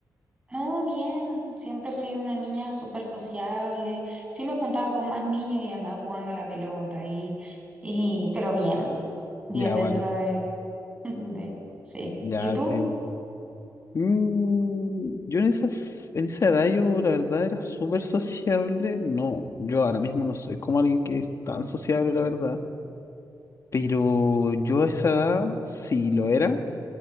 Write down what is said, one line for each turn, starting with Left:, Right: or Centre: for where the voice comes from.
Right: No, bien, siempre fui una niña súper sociable, sí me juntaba con más niños y andaba jugando a la pelota y, y pero bien, bien
Left: Ya,
Right: dentro
Left: bueno,
Right: de, <laughs> de, sí.
Left: ya,
Right: ¿Y tú?
Left: sí. Mm, yo en esa, f- en esa edad yo la verdad era súper sociable. No, yo ahora mismo no soy como alguien que es tan sociable, la verdad. Pero yo a esa edad sí lo era